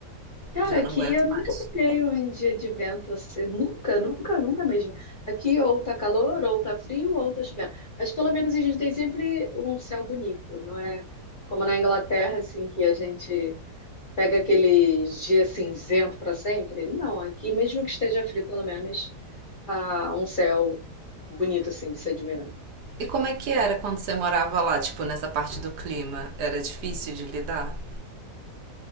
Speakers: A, on the left; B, on the right.
A: Cara,
B: Já
A: aqui
B: não aguento
A: eu nunca
B: mais.
A: peguei um dia de vento assim, nunca, nunca, nunca mesmo. Aqui ou tá calor, ou tá frio, ou tá chovendo. Mas pelo menos a gente tem sempre um céu bonito, não é como na Inglaterra, assim, que a gente pega aquele dia cinzento para sempre. Não, aqui mesmo que esteja frio, pelo menos tá um céu bonito, assim, de se admirar.
B: E como é que era quando você morava lá, tipo, nessa parte do clima? Era difícil de lidar?